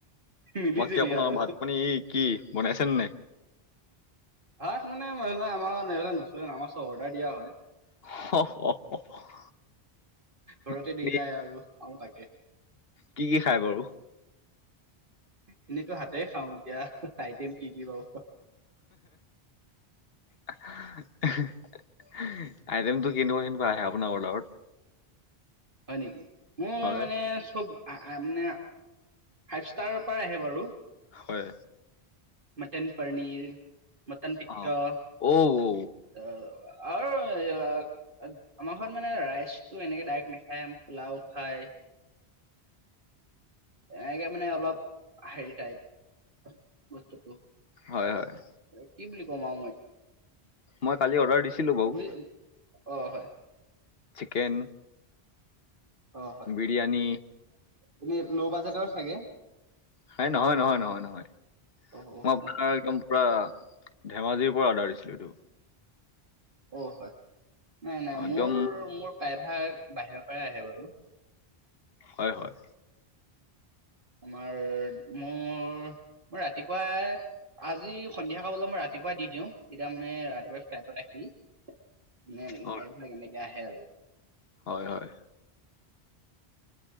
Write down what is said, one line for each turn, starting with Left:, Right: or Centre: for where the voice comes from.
Right: মিলি
Left: বাকী
Right: জুলি
Left: আপোনাৰ
Right: আৰু
Left: ভাত পানী কি বনাইছে নে?
Right: ভাত মানে সেইবিলাক আমাৰ এইবিলাক নচলে নহয়, অৰ্ডাৰ চব দিয়া হয়।
Left: <inaudible>
Right: ঘৰতে
Left: আপুনি
Right: দি যায় আৰু অ' তাকে।
Left: কি কি খাই বাৰু?
Right: এনেতো হাতে খাওঁ এতিয়া আইটেম কি কি বাৰু।
Left: <inaudible> আইটেমতটো কেনেকুৱা কেনেকুৱা আহে আপোনাৰ অৰ্ডাৰত?
Right: হয়, নেকি? মোৰ
Left: হয়
Right: মানে চব আহ মানে ফাইভ ষ্টাৰৰ পৰা আহে বাৰু।
Left: হয়।
Right: মটন পনীৰ মটন টিক্কা
Left: অ
Right: আহ।
Left: অ
Right: আৰু আমাৰ ঘৰত মানে ৰাইচটো এনেকে ডাইৰেক্ট নাখায় পোলাও খায়। এনেকে মানে অলপ হেৰি টাইপ বস্তুটো।
Left: হয়, হয়।
Right: এ, কি বুলি কম আৰু মই।
Left: মই কালি অৰ্ডাৰ দিছিলো বাৰু।
Right: বুজি অ', হয়।
Left: চিকেন।
Right: অ', হয়
Left: বিৰিয়ানী
Right: হয় এনে ল' বাজেটৰ চাগে?
Left: হেই নহয় নহয় নহয় নহয়
Right: অ' অ'
Left: মই আপোনাৰ একদম পুৰা ধেমাজিৰ পৰা অৰ্ডাৰ দিছিলো এইটো।
Right: অ', হয়, নাই নাই
Left: একদম
Right: মোৰ মোৰ প্ৰায়ভাগ বাহিৰৰ পৰা আহে বাৰু।
Left: হয়, হয়।
Right: তোমাৰ মোৰ মই ৰাতিপুৱাই আজি সন্ধিয়া সময়লৈ মই ৰাতি ৰাতিপুৱা দি দিওঁ। তেতিয়া মানে ৰাতিপুৱা ফ্লাইটত আহি ন-ন
Left: হয়
Right: নাই এইবিলাক এনেকে আহে আৰু।
Left: হয়, হয়।